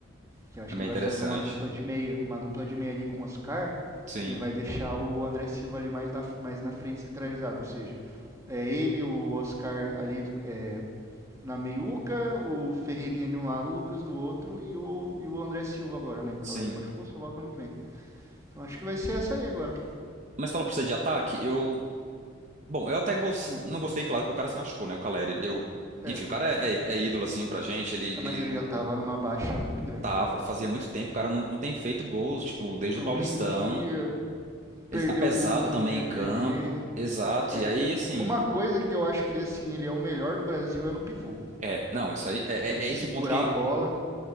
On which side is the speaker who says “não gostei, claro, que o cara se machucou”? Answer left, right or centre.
Right